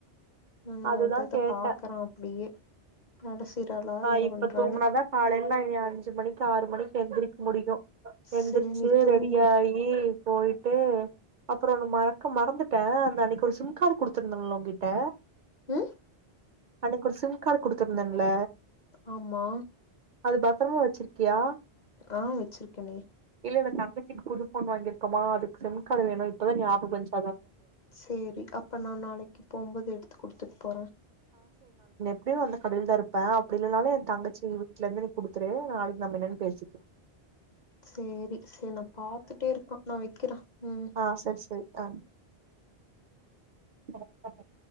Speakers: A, on the left; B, on the right.
A: ஆ
B: அதுதா
A: அத அத
B: கேட்ட
A: பாக்குறா அப்படியே வேல செய்றாளா
B: ஆ
A: என்ன
B: இப்ப
A: பண்றான்னு
B: தூங்குனாதா காலேல நா இனி அஞ்சு மணிக்கு ஆறு மணிக்கு எந்திரி முடியு எந்திரிச்சு
A: சேரி நீ தூங்கு
B: ரெடியாயி போய் ம் அப்பறம் நா மறக்க மறந்துட்டே அந்த அன்னைக்கு ஒரு சிம் கார்டு குடுடுத்திருந்தலா உகிட்ட
A: உம்
B: அன்னைக்கு ஒரு சிம் கார்டு குடுத்துருந்தேன்ல
A: ஆமா
B: பத்தரமா வச்சிருக்கியா
A: ஆ வச்சிருக்கேனே
B: இல்ல இல்ல தங்கச்சிக்கு புது போன் வாங்கிருக்கோமா அதுக் சிம் கார்டு வேணு இப்பதா ஞாபம் வந்துச்
A: சரி அப்ப நா நாளைக்கு போம்போது எடுத்து குடுத்துட்டு போறே
B: ஏப்படியு அந்த கடையில்ல தா இருப்ப அப்படி இல்லனாலே என் தங்கச்சி வீட்டுல இருந்து நீ கொடுத்துரு நாளைக்கு நம்ம என்னன்னு பேச
A: சரி சரி நா பாத்துட்டே இருக்க நா வைக்கிறே ம்
B: ஆஹ் சரி சரி அம் கரெக்தா <unintelligible>